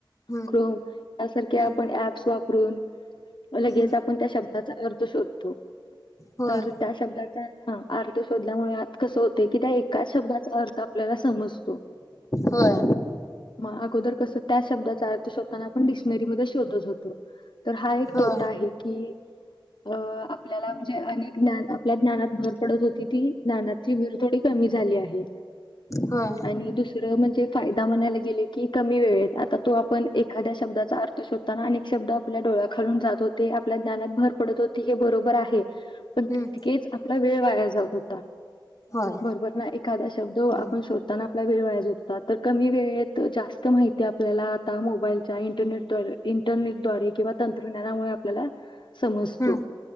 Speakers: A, on the left (about 35°); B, on the left (about 65°).
A: हम्म
B: क्रोम यासारखे आपण
A: हम्म
B: अँपस वापरून लगेच
A: हम्म
B: आपण त्या शब्दाचा अर्थ शोधतो
A: होय
B: तर त्या शब्दाचा हा अर्थ शोधल्यामुळे आ कस होतय की त्या एकाच शब्दाचा अर्थ आपल्याला समजतो
A: होय
B: म अगोदर कस त्या शब्दाचा अर्थ शोधताना आपण डिक्शनरी मध्ये शोधत होतो तर हा एक
A: होय
B: तोटा आहे की अ आपल्याला म्हणजे अनेक ज्ञान आपल्या ज्ञनात भर पडत होती ती ज्ञानाची भर थोडी कमी झाली आहे
A: होय
B: आणि दुसरं म्हणजे फायदा म्हणायला गेले की कमी वेळेत आता तो आपण एखाद्या शब्दाचा अर्थ शोधताना अनेक शब्द आपल्या डोळ् डोळ्या खालून जात होते आपल्या ज्ञनात भर पडत होती हे बरोबर आहे पण
A: हम्म
B: तितकेच आपला वेळ वाया जात होता
A: होय
B: बरोबर ना एखादा शब्द
A: हम्म
B: आप शोधताना आपला वेळ वाया जो होता तर कमी वेळेत जास्त माहिती आपल्याला आता मोबाईलच्या इंटरनेट द्वारे इंटरनेटद्वारे किंवा तंत्रज्ञानामुळे आपल्याला समजतो
A: हम्म